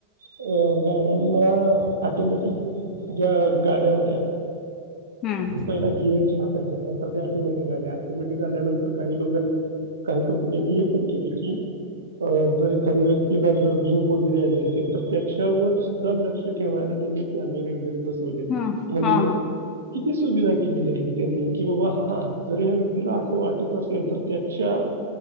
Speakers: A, on the right; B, on the left.
A: अ गाड्यांना ऑटोमॅटिक ज्या गाड्या होत्या
B: हम्म
A: पहिला गिअरच्या नंतर ते ऑटोमॅटिक आल्या ऑटोमॅटिक आल्यानंतर काही लोकां काही कंपन्यांनी हे पण केलं की. अ जर एखाद्या व्यक्तीला जर झोप वगैरे आली असेल तर त्याच्यावर सुद्धा लक्ष ठेवायला त्यांनी कॅमेरे वगैरे बसवलेत
B: हम्म
A: म्हणजे
B: हा हा
A: किती सुविधा केलेल्या आहेत त्यांनी कि बाबा हा जर ह्या व्यक्तीला असं वाटत असेल तर त्याच्या